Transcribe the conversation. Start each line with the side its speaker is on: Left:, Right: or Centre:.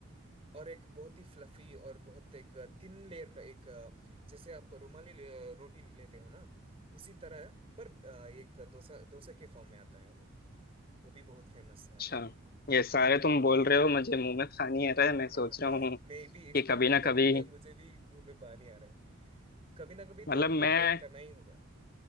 Right: और एक बहुत ही फ्लफी और बहुत एक थिन लेयर का एक अ, जैसे आप रुमाली ले- रोटी लेते हो ना उसी तरह है, पर अ, एक डोसा डोसा के फॉर्म में आता है वो वो भी बहुत फेमस है
Left: अच्छा ये सारे
Right: हाँ
Left: तुम बोल रहे हो मुझे मुंह में पानी
Right: <laughs>
Left: आ रहा है मैं सोच रहा हूँ
Right: मैं भी एक्सप्लेन
Left: कि कभी
Right: करते
Left: ना कभी
Right: करते मुझे भी मुंह में पानी आ रहा है कभी ना कभी तो
Left: मतलब
Right: आपको
Left: मैं
Right: ट्राई करना ही होगा